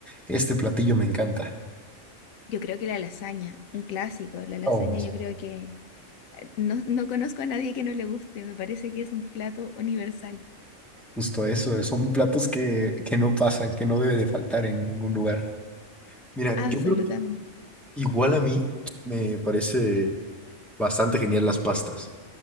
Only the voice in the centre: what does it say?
este platillo me encanta?
Oh, sí.
Justo eso, eh, son platos que, que no pasan, que no debe de faltar en ningún lugar. Mira,
yo creo que igual a mí me parece bastante genial las pastas.